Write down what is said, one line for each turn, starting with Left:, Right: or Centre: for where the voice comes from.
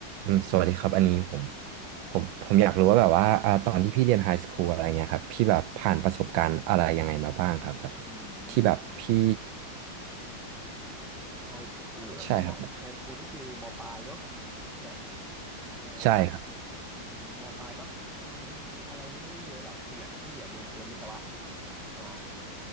Right: อืมสวัสดีครับอันนี้ผมผมผมอยากรู้ว่าแบบว่าอ่าตอนที่พี่เรียนไฮสคูลอะไรเงี้ยครับพี่แบบผ่านประสบการณ์อะไรยังไงมาบ้างครับแบบ
Centre: อื
Right: ที่แบบพี่
Centre: มไฮสคูลแล้วคือมอไฮสคูลนี่คือมอปลายเนาะ
Right: ใช่ครับ
Centre: ใช่ไหมเออ
Right: ใช่ครับ
Centre: อืมมอปลายก็มีอะไรไม่เยอะหรอกคืออย่างพี่อะเรียนเตรียมวิศวะมา